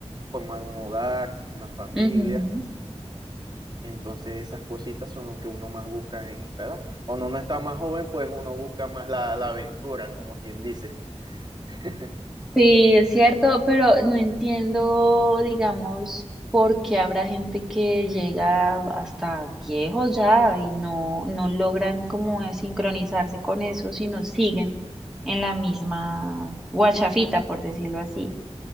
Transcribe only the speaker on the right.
formar un hogar, una familia.
Entonces esas cositas son lo que uno más busca en esta edad. Cuando uno está más joven, pues uno busca más la, la aventura, como quien dice. <laughs>